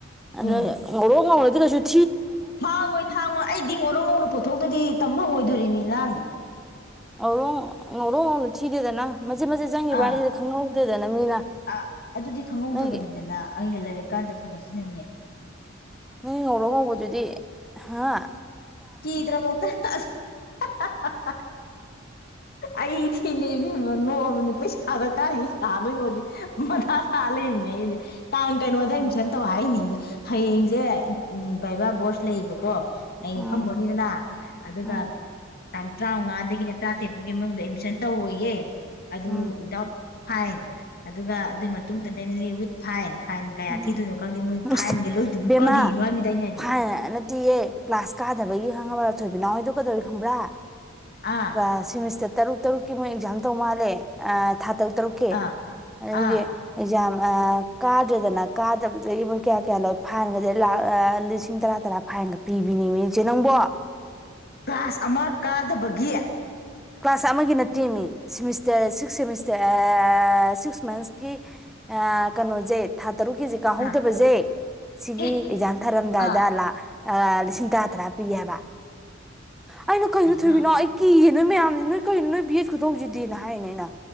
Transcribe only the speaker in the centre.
ꯑꯗꯣ
ꯑꯩ ꯉꯧꯔꯣꯛ ꯉꯧ <unintelligible>
ꯑꯩꯔꯣꯡ ꯉꯧꯔꯣꯛ ꯉꯧꯅ ꯇꯤꯗꯦꯗꯅ ꯃꯆꯠ ꯃꯆꯦꯠꯉꯤꯕ
ꯍꯥꯏꯁꯤ ꯈꯪꯍꯧ ꯑꯗꯨꯗ ꯃꯤꯅ
ꯅꯪꯒꯤ
ꯅꯪ ꯉꯧꯔꯣꯛ ꯉꯧꯕꯗꯨꯗꯤ ꯍꯥꯥ
ꯎꯝ
ꯎꯝ
ꯎꯝ
ꯎꯝ
ꯎꯝ
ꯑꯁ
ꯕꯦꯝꯃ
ꯐꯥꯏꯟ ꯅꯠꯇꯤꯌꯦ ꯀ꯭ꯂꯥꯁ ꯀꯥꯗꯕꯒꯤ ꯈꯪꯉꯕ ꯊꯣꯏꯕꯤꯅꯥꯎ ꯍꯣꯏꯗꯣ ꯀꯩꯗꯧꯋꯤ ꯈꯪꯕ꯭ꯔꯥ
ꯀ꯭ꯂꯥ ꯁꯤꯃꯤꯁꯇꯔ ꯇꯔꯨꯛ ꯇꯔꯨꯛꯀꯤ ꯃꯣꯏ ꯑꯦꯛꯖꯥꯝ ꯇꯧ ꯃꯥꯜꯂꯦ ꯊꯥ ꯇꯔꯨꯛ ꯇꯔꯨꯛꯀꯤ
ꯑꯗꯨꯒꯤ
ꯑꯦꯛꯖꯥꯝ ꯑꯥ ꯀꯥ ꯇ꯭ꯔꯦꯗꯅ ꯀꯥꯗꯕꯗꯒꯤ ꯃꯣꯏ ꯀꯌꯥ ꯀꯌꯥ ꯂꯧꯏ ꯐꯥꯏꯟꯒꯖꯦ ꯂꯥꯛ ꯑꯥ ꯂꯤꯁꯤꯡ ꯇꯔꯥ ꯇꯔꯥ ꯐꯥꯏꯟꯒ ꯄꯤꯕꯤꯅꯦꯃꯤ ꯏꯆꯦ ꯅꯪꯕꯣ
ꯀ꯭ꯂꯥꯁ ꯑꯃꯒꯤ ꯅꯠꯇꯦꯃꯤ ꯁꯤꯃꯤꯁꯇꯔ ꯁꯤꯛꯁ ꯁꯤꯃꯤꯁꯇꯔ ꯑꯥ ꯁꯤꯛꯁ ꯃꯟꯁꯀꯤ ꯑ ꯀꯅꯣꯖꯦ ꯊꯥ ꯇꯔꯨꯛꯀꯤꯖꯦ ꯀꯥꯍꯧꯗꯕꯖꯦ
ꯁꯤꯒꯤ
ꯑꯦꯛꯖꯥꯝ ꯊꯥꯔꯝꯗꯥꯏꯗ
ꯂꯥꯛ ꯑꯥ ꯂꯤꯁꯤꯡ ꯇꯔꯥ ꯇꯔꯥ ꯄꯤ ꯍꯥꯏꯕ ꯑꯩꯅ ꯀꯩꯅꯣ
ꯊꯣꯏꯕꯤꯅꯥꯎ ꯑꯩ ꯀꯤꯌꯦ ꯅꯣꯏ ꯃꯌꯥꯝ ꯅꯣꯏ ꯀꯩꯅꯣ ꯅꯣꯏ ꯕꯤꯑꯦꯗ ꯈꯨꯇꯧꯖꯤꯗꯤꯅ ꯍꯥꯏꯔꯤꯅꯦ ꯑꯩꯅ